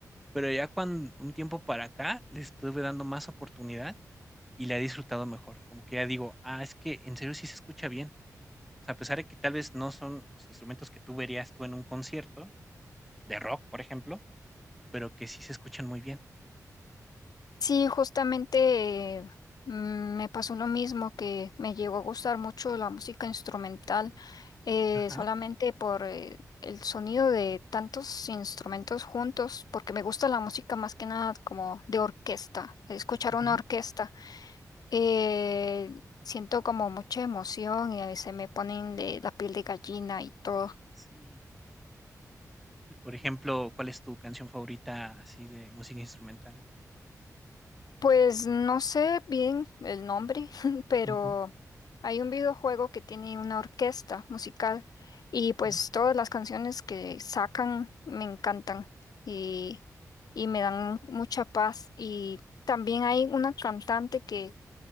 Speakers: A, in the centre; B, on the left.
A: Pero ya cuando un tiempo para acá le estuve dando más oportunidad y la he disfrutado mejor, como que ya digo: "Ah, es que en serio sí se escucha bien". O sea, a pesar de que tal vez no son los instrumentos que tú verías tú en un concierto de rock, por ejemplo, pero que sí se escuchan muy bien.
B: Sí, justamente eh, mm, me pasó lo mismo, que me llegó a gustar mucho la música instrumental, eh,
A: Ajá.
B: solamente por eh, el sonido de tantos instrumentos juntos, porque me gusta la música más que nada como de orquesta, escuchar
A: Ujú.
B: una orquesta. Eh, siento como mucha emoción y a veces me ponen de la piel de gallina y todo.
A: Sí. Y, por ejemplo, ¿cuál es tu canción favorita así de música instrumental?
B: Pues no sé bien el nombre, <laughs> pero
A: Ujú,
B: hay un videojuego que tiene una orquesta musical y pues
A: mm,
B: todas las canciones que sacan me encantan y, y me dan mucha paz. Y también hay una cantante que